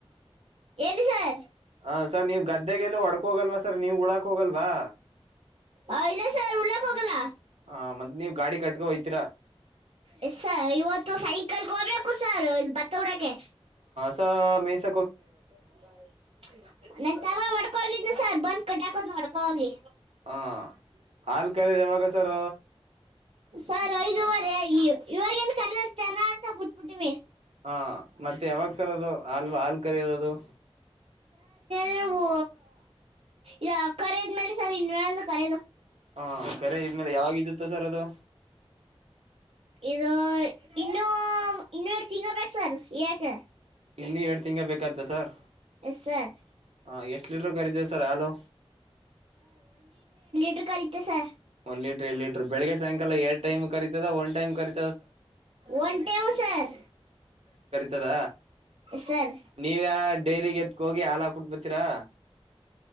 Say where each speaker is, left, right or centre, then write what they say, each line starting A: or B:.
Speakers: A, on the right; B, on the right.
A: ಹೇಳಿ ಸರ್
B: ಹಾ ಸರ್ ನೀವ್ ಗದ್ದೆಗೆಲ್ಲ ಹೊಡ್ಕ ಹೋಗಲ್ವಾ ಸರ್ ನೀವ್ ಉಳಾಕ್ ಹೋಗಲ್ವಾ?
A: ಅ ಇಲ್ಲ ಸ ಉಳಾಕ್ ಹೋಗಲ್ಲ
B: ಹಾ ಮದ್ ಗಾಡಿ ಕಟ್ಕೊ ಹೋಯ್ತಿರಾ
A: ಎಸ್ ಸರ್ ಇವತ್ತು ಸಾಯಂಕಾಲಕ್ಕೆ ಹೋಗ್ಬೇಕು ಸರ್ ಬತ್ತ ಬುಡಕ್ಕೆ
B: ಆಹ್ಹ್
A: <unintelligible> ನನ್ ತಮ್ಮ ಒಡ್ಕೋಗಿದ್ನು ಕಟ್ಟಾಕುದ್ನ್ ಒಡ್ಕೋ ಹೋಗಿ
B: ಹ ಹಾಲ್ ಕರೆದ ಯಾವಾಗ ಸರ್
A: ಸರ್ ಐದುವರೆ ಈ ಇವಾಗ ಏನ್ ಕರೆಲ್ ಚನ ಅಂತ ಬಿಟ್ಬಿಟ್ಟಮಿ
B: ಹಾ ಮತ್ತೆ ಯಾವಾಗ ಸರ್ ಅದು ಹಲ್ವಾ ಹಾಲು ಕರಿಯದ್ ಅದು
A: ನೀವು ಈಗ ಕರಿದ್ಮೇಲೆ ಸರ್ ಇನ್ವಂದು ಕರೆದು
B: ಹಾ ಕರೆ ಇ ಆಮೇಲೆ ಯಾವಾಗ್ ಇದುತ್ತ ಸರ್ ಅದು
A: ಇದು ಇನ್ನೂ ಇನ್ನೂ ಎರ್ಡ್ ತಿಂಗ್ಳ್ ಬೇಕ್ ಸರ್ ಯಾಕೆ
B: ಇನ್ ಗ್ಳ್ ಬೇಕಾತ್ತಾ ಸರ್?
A: ಎಸ ಸರ್
B: ಹ ಎಷ್ಟು ಲೀಟರ್ ಕರೀತವೆ ಸರ್ ಹಾಲು
A: ಡ್ರೀಕರಿಯತ್ತೆ ಸರ್
B: ಲೀಟರ್ ಲಟರ್ ಬೆಳಗ್ಗೆ ಸಾಯಂಕಾಲ ಎರಡ ಟೈಮ್ ಕರಿತದ ಒನ್ಟೈಮ್ ಕರಿ
A: ಒನ್ಟೇಮ ಸರ್
B: ತದ
A: ಸರ್
B: ನೀವ ಯ ಡೈರಿ ಎತ್ಕ ಹೋಗಿ ಹಾಲಾಕ್ಬಟ್ಬತೀರಾ